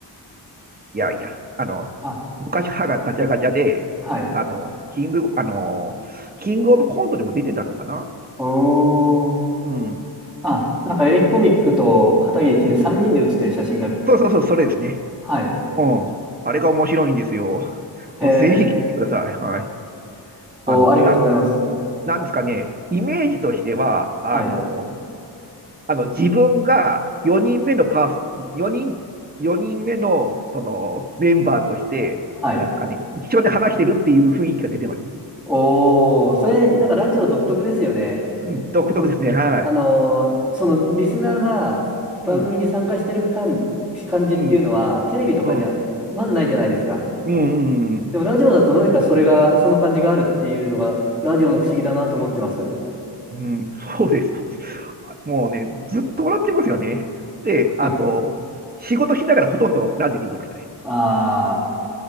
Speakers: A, on the right; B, in the centre.
A: いやいや、あの、
B: あ、
A: 昔歯がガチャガチャで、
B: はい。
A: あの、キング、あの、キングオブコントでも出てたのかな
B: おー。
A: うん。
B: あ、なんかエレキコミックと片桐仁3人で写ってる写真が、
A: うん。そうそうそう、それですね。
B: はい。
A: うん。あれが面白いんですよ。
B: へえ。
A: もうぜひ聞いてください。はい。あの、
B: おー、ありがとうございます。
A: な、なんですかね、イメージとしては、あの、
B: はい。
A: あの自分が4人目のパーソ、4人、4人目の、その、メンバーとして、
B: はい。
A: なんですかね、一緒に話してるっていう雰囲気が出てますよ。
B: おー、それ、なんかラジオ独特ですよね。
A: うん。うん、独特ですね。
B: こ、
A: はい。
B: あのーそのリスナーが番組に参加してる感、
A: うん。
B: 感じっていうのは、
A: うん。
B: テレビとかにはまずないじゃないですか。
A: うん。うん。うん。うん
B: でもラジオだとなぜかそれが、その感じがあるっていうのが、ラジオの不思議だなと思ってます。
A: うん、そうです、そうです。あもうね、ずっと笑ってますよね。で、
B: <laughs>
A: あと、仕事しながらほとんどラジオ聞いてましたね。
B: ああ、